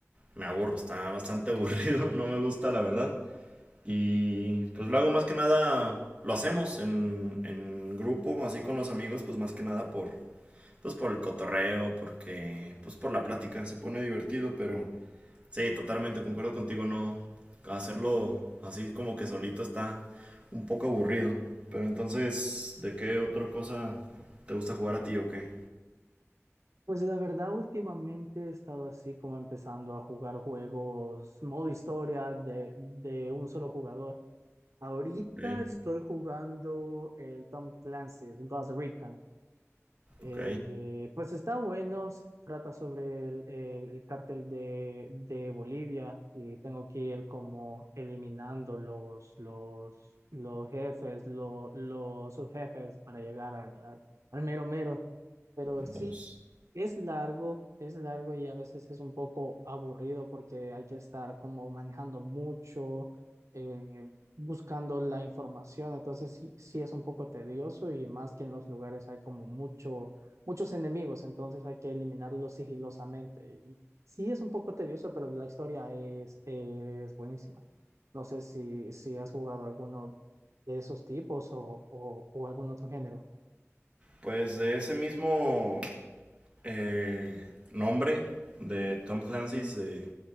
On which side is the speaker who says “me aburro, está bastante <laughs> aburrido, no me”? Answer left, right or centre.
Right